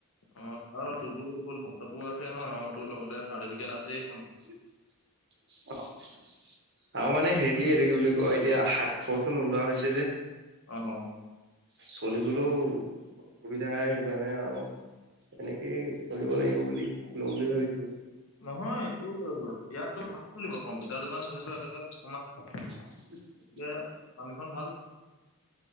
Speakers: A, on the left (about 70°); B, on the right (about 50°).
A: অ' তোৰো লেপটপো আছে ন তোৰ লগতে চাৰ্টিফিকেট আছে।
B: <unintelligible> আৰু মানে হেৰি এইটো কি বুলি কয় এতিয়া হাত খৰচু নোলোৱা হৈছে যে।
A: অ' অ'।
B: চলিবলৈও অসুবিধা সেইটো কাৰণে আৰু এনেকেই চলিব লাগিব বুলি লওঁ বুলি ভাবিছো।
A: নহয় তোৰ, ইয়াতটো ভাল চলিব কম্পিউটাৰ দোকান যিহেতুে
B: <unintelligible>
A: গতিকে পামীখন ভাল